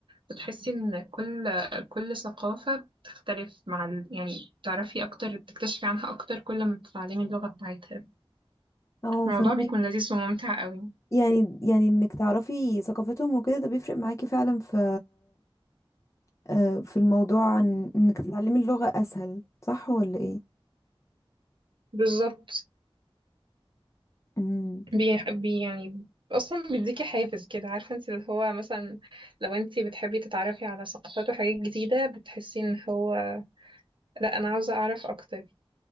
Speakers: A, on the right; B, on the left.
A: بتحسي ان كل كل ثقافة بتختلف مع ال... يعني بتعرفي اكتر بتكتشفي عنها اكتر كل ما بتتعلمي اللغة بتاعتها
B: اه
A: الموضوع
B: فهماني
A: بيكون لذيذ وممتع قوي
B: يعني يعني انك تعرفي ثقافتهم وكده ده بيفرق معاكي فعلا في آه، في الموضوع عن انك تتعلمي اللغة اسهل صح ولا ايه
A: بالظبط
B: امم
A: بيح- بي يعني اصلا بيديكي حافز كده عارفه انت اللي هو مثلا لو انت بتحبي تتعرفي على ثقافات وحاجات جديده بتحسي ان هو لا انا عاوزه اعرف اكتر